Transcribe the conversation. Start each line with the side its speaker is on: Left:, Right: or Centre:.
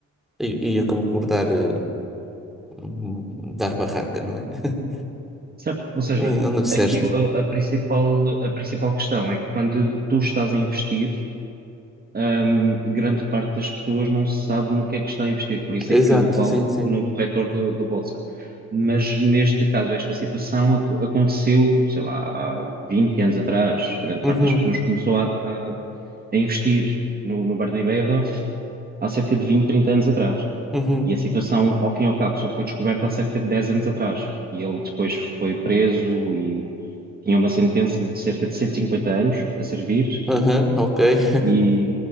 Centre: E, e acabou por dar, eh, hum, dar barraca, não é? <laughs>
Right: Certo? Ou seja,
Centre: E não deu certo.
Right: aqui a, a principal, a principal questão é que quando tu estás a investir, hum, grande parte das pessoas não sabe no que é que está a investir, por isso
Centre: Exato,
Right: é que eu falo
Centre: sim, sim.
Right: num corretor de- da bolsa. Mas neste caso, esta situação ac- aconteceu, sei lá, há 20 anos atrás. Grande parte
Centre: Uhum.
Right: das pessoas começou a, a- a investir no, no Bernie Madoff há cerca de 20, 30 anos atrás.
Centre: Uhum.
Right: E a situação, ao fim e ao cabo, só foi descoberta há cerca de 10 anos atrás. E ele depois foi preso tinha uma sentença de cerca de 150 anos a servir
Centre: Aham, ok. <laughs>
Right: e